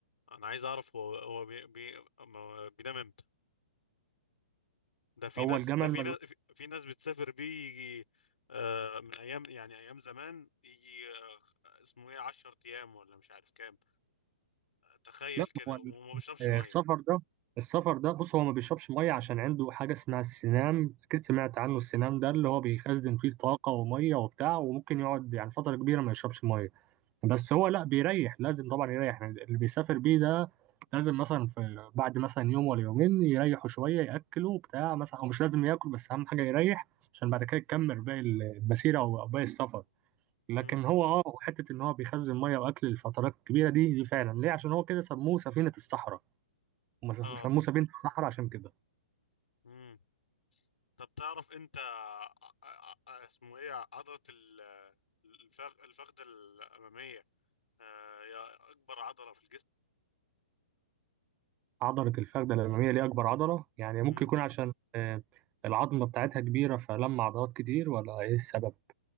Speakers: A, on the left; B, on the right.
A: انا عايز اعرف هو هو بي بي ما- بينام امتى ده في
B: هو
A: ناس
B: الجمل
A: ده في
B: ملوش
A: ناس في في ناس بتسافر بيه يجي آه، من ايام يعني ايام زمان يجي آه، اسمه ايه 10 ايام ولا مش عارف كام تخيل
B: لا
A: كده
B: هو ال-
A: وما بيشربش
B: آه،
A: ميه
B: السفر ده السفر ده بص هو ما بيشربش ميه عشان عنده حاجه اسمها السنام اكيد سمعت عنه السنام ده اللي هو بيخزن فيه طاقه وميه وبتاع وممكن يقعد يعني فتره كبيره ما يشربش ميه بس هو لا بيريح لازم طبعا يريح يعني اللي بيسافر بيه ده لازم مثلا في بعد مثلا يوم ولا يومين يريحوا شوية يأكلوا بتاع مثلا أو مش لازم ياكل بس أهم حاجة يريح عشان بعد كده يكمل باقي المسيرة أو أو باقي السفر لكن
A: امم
B: هو اه حتة إن هو بيخزن مية وأكل للفترات الكبيرة دي دي فعلا ليه عشان هو كده سموه سفينة الصحراء هم سف-
A: اه
B: سموه سفينة الصحراء عشان كده
A: امم طب تعرف انت ع- ع- ع- اسمه ايه عضلة ال- الفخ- الفخذ الامامية آه، هي اكبر عضلة في
B: عضلة الفخذة الأمامية دي أكبر عضلة يعني ممكن
A: الجسم
B: يكون عشان آه، العظمة بتاعتها كبيرة فلما عضلات كتير ولا إيه السبب؟